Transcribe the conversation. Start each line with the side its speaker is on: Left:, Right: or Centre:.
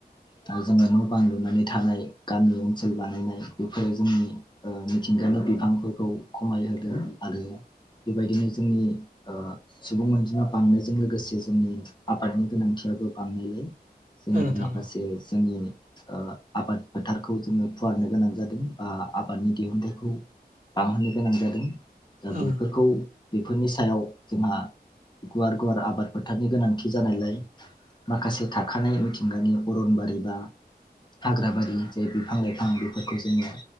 Left: थाय जोङो न' बां लुनानै थानाय गामि ओनसोल बानायनाय बेफोरो जोंनि ओ मिथिंगानि बिफांफोरखौ खमायहोदों आरो बेबायदिनो जोंनि ओ सुबुं अनजिमा बांनायजों लोगोसे जोंनि आबादनि गोनांथियाबो बांनायलाय जोंनि
Right: औ नोंथां
Left: माखासे
Right: औ
Left: जोंनि ओ आबाद फोथारखौ जोङो फुवारनो गोनां जादों बा आबादनि दिहुनथाइखौ बांहोनो गोनां जादों दा
Right: औ नोंथां औ नोंथां औ नोंथां औ
Left: बेफोरखौ बेफोरनि सायाव जोंहा गुवार गुवार आबाद फोथारनि गोनांथि जानायलाय माखासे थाखानाय मिथिंगानि अरनबारि बा हाग्रा बारि जे बिफां लाइफां बेफोरखौ जोङो